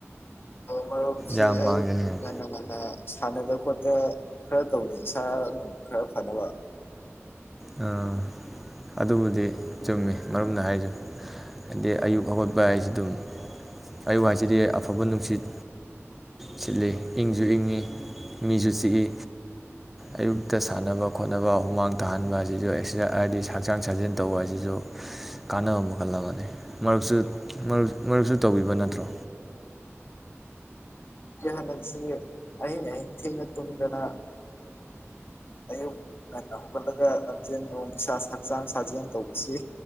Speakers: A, on the left; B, in the centre.
A: ꯃꯔꯨꯞꯁꯤ
B: ꯌꯥꯝ
A: ꯑꯌꯨꯛ
B: ꯃꯥꯡꯖꯅꯤꯡꯉꯤ
A: ꯉꯟꯅ ꯉꯟꯅ ꯁꯥꯟꯅꯗ ꯈꯣꯠꯇ ꯈꯔ ꯇꯧꯅꯤ ꯏꯁꯥꯅ ꯈꯔ ꯐꯅꯕ
B: ꯑ ꯑꯗꯨꯕꯨꯗꯤ ꯆꯨꯝꯃꯤ ꯃꯔꯨꯞꯅ ꯍꯥꯏꯆꯨ ꯍꯥꯏꯗꯤ ꯑꯌꯨꯛ ꯍꯧꯒꯠꯄ ꯍꯥꯏꯁꯤ ꯗꯨꯝ ꯑꯌꯨꯛ ꯍꯥꯏꯁꯤꯗꯤ ꯑꯐꯕ ꯅꯨꯡꯁꯤꯠ ꯁꯤꯠꯂꯤ ꯏꯪꯖꯨ ꯏꯪꯉꯤ ꯃꯤꯁꯨ ꯆꯤꯛꯏ ꯑꯌꯨꯛꯇ ꯁꯥꯟꯅꯕ ꯈꯣꯠꯅꯕ ꯍꯨꯃꯥꯡ ꯇꯥꯍꯟꯕ ꯍꯥ ꯑꯁꯤꯁꯨ ꯑꯦꯛꯁꯔ ꯍꯥꯏꯗꯤ ꯍꯛꯆꯥꯡ ꯁꯥꯖꯦꯟ ꯇꯧꯕ ꯑꯁꯤꯁꯨ ꯀꯥꯟꯅꯕ ꯃꯈꯜ ꯑꯃꯅꯤ ꯃꯔꯁꯨ ꯃꯔ ꯃꯔꯨꯞꯁꯨ ꯇꯧꯕꯤꯕ ꯅꯠꯇ꯭ꯔꯣ
A: ꯌꯥꯍꯂꯁꯤ ꯑꯍꯤꯡ ꯑꯍꯤꯡ ꯊꯦꯡꯅ ꯇꯨꯡꯗꯅ ꯑꯌꯨꯛ ꯉꯟꯅ ꯍꯧꯈꯠꯂꯒ ꯂꯝꯖꯦꯟ ꯅꯣꯟ ꯏꯁꯥ ꯍꯛꯆꯥꯡ ꯁꯥꯖꯦꯟ ꯇꯧꯕꯁꯤ